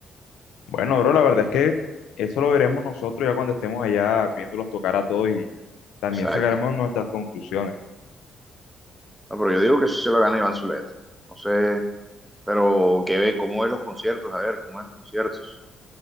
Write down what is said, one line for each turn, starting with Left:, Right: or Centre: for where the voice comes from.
Left: bueno, bro, la verdad es que eso lo veremos nosotros ya cuando estemos allá viéndolos tocar a todos y también
Centre: Exacto.
Left: sacaremos nuestras conclusiones.
Centre: No, pero yo digo que eso se lo gana Iván Zuleta. No sé, pero ¿qué ve? ¿Cómo ves los conciertos? A ver, ¿cómo ves los conciertos?